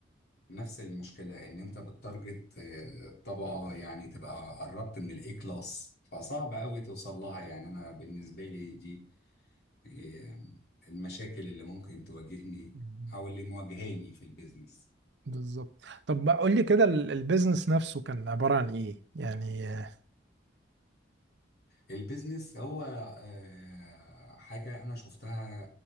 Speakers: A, on the left; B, on the right.
A: نفس المشكلة إن أنت بتتارجت آه، طبقة يعني تبقى قربت من الإي كلاس فصعب أوي توصل لها يعني أنا بالنسبة لي دي آه، المشاكل اللي ممكن تواجهني
B: مم.
A: أو اللي مواجهاني في البيزنس
B: بالظبط طب ما قول لي كده ال- البيزنس نفسه كان عبارة عن ايه يعني آه،
A: البيزنس هو آه، حاجة أنا شفتها